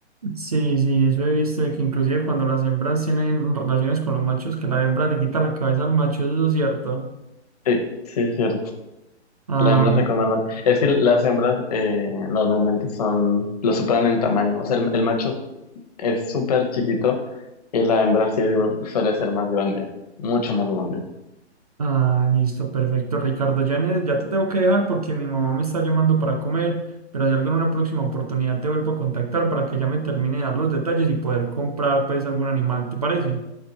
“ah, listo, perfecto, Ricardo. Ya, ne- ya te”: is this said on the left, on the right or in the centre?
Right